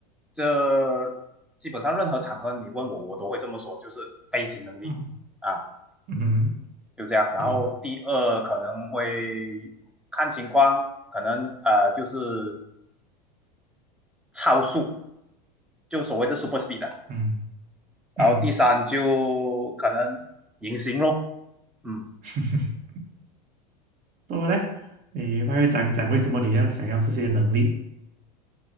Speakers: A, in the centre; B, on the right.
A: 这基本上任何场合你问我，我都会这么说，就是飞行能力啊，
B: 嗯嗯哼，
A: 就这样。然后第二可能会看情况，
B: 对，
A: 可能呃就是超速，就所谓的 super speed 的
B: 嗯
A: 然后第三就可能隐形咯，
B: 嗯，
A: 嗯。
B: <laughs> 怎么呢？你大概讲讲为什么你要想要这些能力？